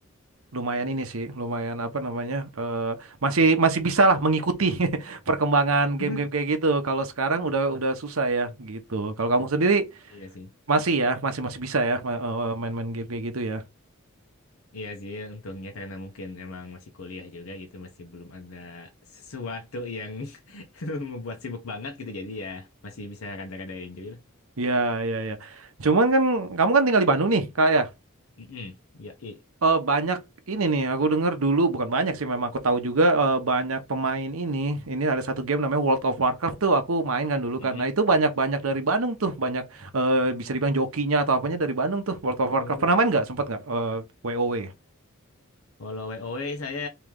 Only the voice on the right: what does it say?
lumayan ini sih lumayan apa namanya eh, masih masih bisa lah mengikuti <laughs> perkembangan
game-game kayak gitu kalau sekarang udah udah susah ya gitu kalau kamu sendiri
masih ya masih masih bisa ya ma- eh, main-main game kayak gitu ya
ya ya ya cuman kan kamu kan tinggal di Bandung nih kak ya
eh banyak ini nih aku denger dulu bukan banyak sih memang aku tahu juga eh, banyak pemain ini ini ada satu game namanya World of Warcraft tuh aku main kan dulu karena
itu banyak-banyak dari Bandung tuh banyak eh, bisa dibilang jokinya atau apanya dari Bandung tuh World of Warcraft
pernah main nggak sempat nggak eh, WoW